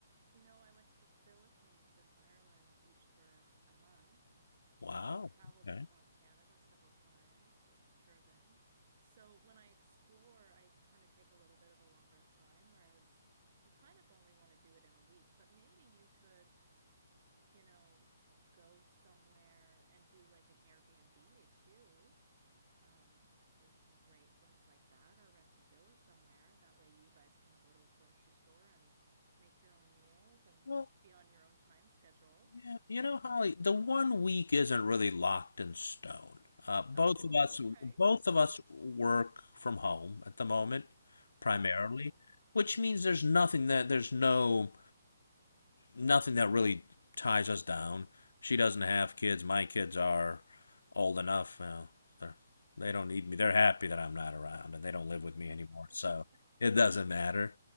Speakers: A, on the right; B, on the left.
A: you know, I went to the Philippines and Ireland each for a month.
B: Wow.
A: I've traveled
B: Okay.
A: across Canada several times, like driven. So when I explore, I kind of take a little bit of a longer time, whereas you kind of only want to do it in a week, but maybe you could, you know, go somewhere and do like an Airbnb too. Um, there's some great things like that, or rent a villa somewhere. That way you guys can go to a grocery store and make your own meals and
B: Well,
A: be on your own time schedule.
B: yeah, you know, Holly, the one week isn't really locked in stone. Uh,
A: Oh,
B: both of us,
A: okay.
B: both of us work from home at the moment, primarily,
A: Oh,
B: which means there's nothing that there's no nothing that really ties us down. She doesn't have kids. My kids are old enough. You know, they're, they don't need me. They're happy that I'm not around and they don't live with me anymore.
A: <laughs>
B: So it doesn't matter.